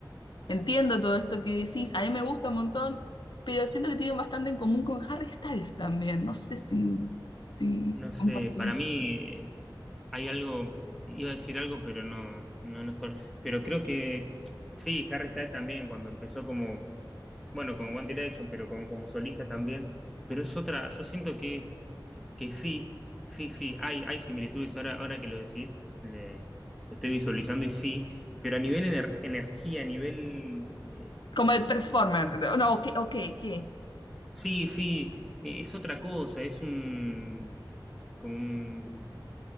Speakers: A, on the left; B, in the centre.
A: Entiendo todo esto que decís, a mí me gusta un montón, pero siento que tienen bastante en común con Harry Styles también. No sé si, si
B: No sé,
A: compartir.
B: para mí eh, hay algo, iba a decir algo, pero no, no, no es correcto. Pero creo que sí, Harry Styles también, cuando empezó como, bueno, con One Direction, pero como, como solista también. Pero es otra, yo siento que, que sí, sí, sí, hay, hay similitudes ahora, ahora que lo decís, le, lo estoy visualizando y sí, pero a nivel ener- energía, a nivel... eh,
A: Como el performer. No, ok, ok, ¿qué?
B: Sí, sí, eh, es otra cosa, es un eh, como un